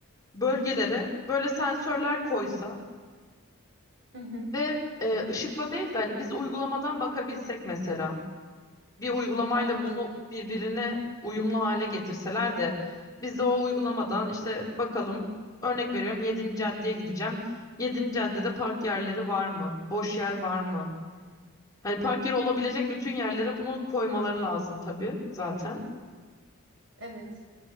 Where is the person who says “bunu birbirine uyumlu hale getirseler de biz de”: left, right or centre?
Left